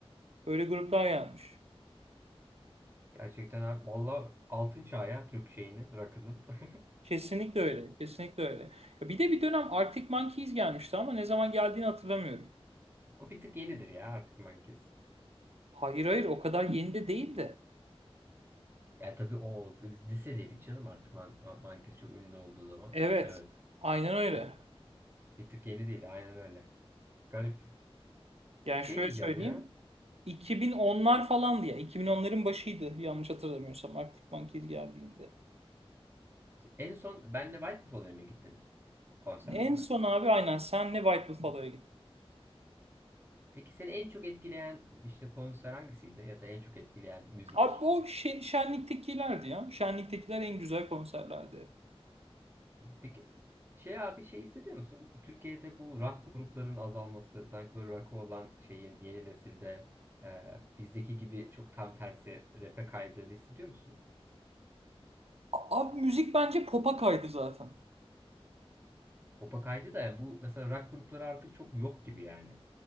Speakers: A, on the right; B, on the right.
A: Böyle gruplar gelmiş.
B: Gerçekten abi valla altın çağı ya Türk şeyinin rakının. <laughs>
A: Kesinlikle öyle. Kesinlikle öyle. Ya Bir de bir dönem Arctic Monkeys gelmişti ama ne zaman geldiğini hatırlamıyorum.
B: O bir tık yenidir ya artık Mankes.
A: Hayır hayır o kadar yeni de değil
B: Ya tabii o biz lisedeydik canım artık Man Mankes çok ünlü olduğu zaman.
A: Evet.
B: Evet.
A: Aynen öyle.
B: Bir tık yeni değil aynen öyle. Garip.
A: Yani
B: Şey
A: şöyle
B: diyeceğim
A: söyleyeyim.
B: ya.
A: 2010'lar falandı ya. 2010'ların başıydı yanlış hatırlamıyorsam Arctic Monkeys geldiğinde.
B: En son benle White Buffalo'ya mı gittin konser olarak?
A: En son abi aynen senle White Buffalo'ya gittim.
B: Peki seni en çok etkileyen işte konser hangisiydi ya da en çok etkileyen müzik?
A: Abi o şe- Şenlik'tekilerdi ya. Şenlik'tekiler en güzel konserlerdi.
B: Peki şey abi şey hissediyor musun? Türkiye'de bu rock grupların azalması sanki böyle rock'ı olan şeyin yeni nesilde e, bizdeki gibi çok tam tersi rap'e kaydığını hissediyor musun?
A: A- Abi müzik bence pop'a kaydı zaten.
B: Pop'a kaydı da yani bu mesela rock grupları artık çok yok gibi yani.